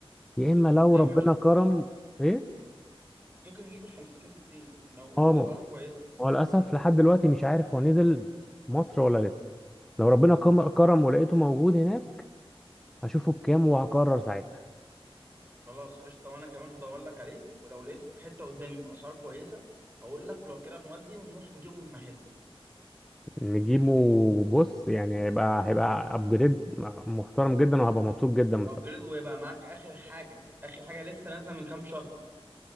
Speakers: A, in the centre; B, on the right.
A: يا اما لو
B: لما
A: ربنا
B: نشوف
A: كرم
B: ال 50
A: ايه
B: ممكن نشوف ال 50 60 لو
A: اه
B: اسعاره
A: ما
B: كويسة
A: هو للاسف لحد دلوقتي مش عارف هو نزل مصر ولا لسه لو ربنا كم- كرم ولقيته موجود هناك هشوفه بكام وهقرر ساعتها
B: خلاص قشطة وأنا كمان هدور لك عليه ولو لقيته في حتة قدامي بأسعار كويسة هقول لك ولو كده نودي ونروح نجيبه من محل
A: نجيبه بص يعني هيبقى هيبقى ابجريد محترم جدا وهبقى مبسوط جدا
B: يبقى
A: مستقبلا
B: أبجريد ويبقى معاك آخر حاجة آخر حاجة لسه نازلة من كام شهر